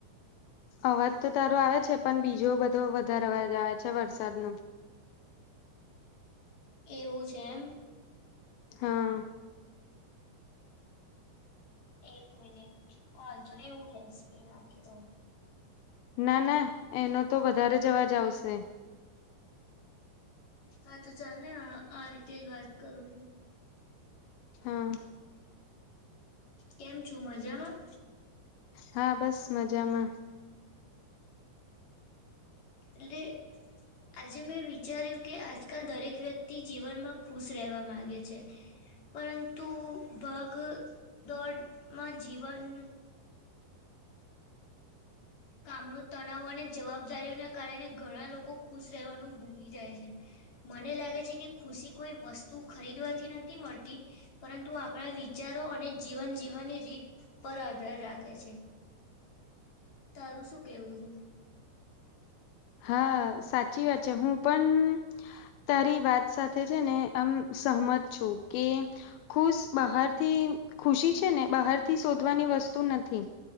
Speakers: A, on the left; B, on the left.
A: અવાજ તો તારો આવે છે, પણ બીજો બધો વધાર અવાજ આવે છે વરસાદનો.
B: એવું છે એમ.
A: હા.
B: એક મિનિટ વાંધો ની હુ હેનસિપ્રી નાખી દઉ.
A: ના, ના, એનો તો વધારે જ અવાજ આવશે.
B: હા, તો ચાલ ને આ આ રીતે જ વાત કરું છું.
A: હા.
B: કેમ છું? મજામાં?
A: હા, બસ મજામાં.
B: લે આજે મેં વિચાર્યું કે, આજકાલ દરેક વ્યક્તિ જીવનમાં ખુશ રેવા માંગે છે. પરંતુ ભાગ દોડમાં જીવન કામનુ તણાવ અને જવાબદારીઓના કારણે ઘણા લોકો ખુશ રેવાનું ભૂલી જાય છે. મને લાગે છે કે, ખુશી કોઈ વસ્તુ ખરીદવાથી નથી મળતી પરંતુ આપણા વિચારો અને જીવન જીવવાની રીત પર આધાર રાખે છે. તારું શું કેવું છે?
A: હા, સાચી વાત છે, હું પણ તારી વાત સાથે છે ને આમ સહમત છું કે ખુશ બહારથી, ખુશી છે ને બહારથી શોધવાની વસ્તુ નથી.